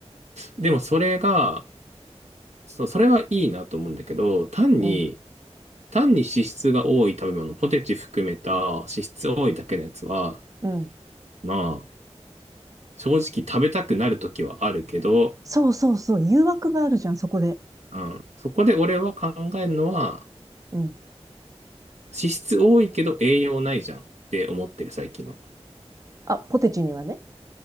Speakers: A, on the right; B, on the right.
A: でもそれが、そう、それはいいなと思うんだけど、単に、
B: うん、
A: 単に脂質が多い食べ物、ポテチ含めた脂質多いだけのやつは、
B: うん。
A: まあ、正直食べたくなる時はあるけど、
B: そうそうそう、誘惑があるじゃん、そこで。
A: うん、そこで俺は考えるのは、
B: うん。
A: 脂質多いけど栄養ないじゃんって思ってる最近は。
B: あ、ポテチにはね。っ